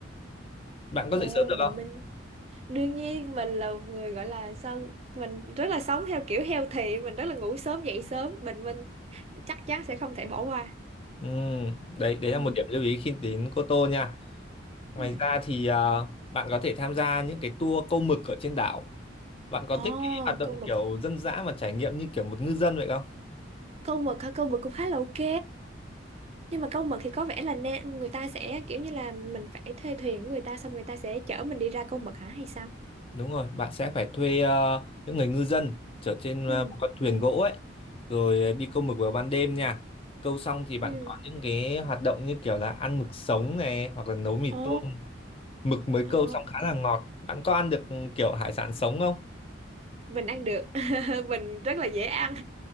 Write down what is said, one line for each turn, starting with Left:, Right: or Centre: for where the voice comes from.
Left: bạn có
Right: ồ
Left: dậy sớm được không
Right: bình minh đương nhiên mình là một người gọi là sao mình rất là sống theo kiểu healthy mình rất là ngủ sớm dậy sớm bình minh chắc chắn sẽ không thể bỏ qua
Left: Ừ, đấy đấy
Right: ừ.
Left: là một điểm lưu ý khi đến Cô Tô nha. Ngoài
Right: Ừ.
Left: ra thì à, bạn có thể tham gia những cái tour câu mực ở trên đảo. Bạn có
Right: Ồ,
Left: thích cái hoạt động
Right: câu mực
Left: kiểu dân dã và trải nghiệm như kiểu một ngư dân vậy không?
Right: câu mực hả câu mực cũng khá là ok nhưng mà câu mực thì có vẻ là nên người ta sẽ kiểu như là mình phải thuê thuyền của người ta xong người ta sẽ chở mình đi ra câu mực hả hay sao
Left: Đúng rồi, bạn sẽ phải thuê à, những người ngư dân chở trên
Right: ừ
Left: à, một con thuyền gỗ ấy, rồi ờ, đi câu mực vào ban đêm nha. Câu xong thì bạn
Right: ừ
Left: có những cái hoạt động như kiểu là ăn mực sống này hoặc là nấu mì
Right: ồ
Left: tôm. Mực mới
Right: ờ
Left: câu xong khá là ngọt. Bạn có ăn được ừ, kiểu hải sản sống không?
Right: mình ăn được <laughs> mình rất là dễ ăn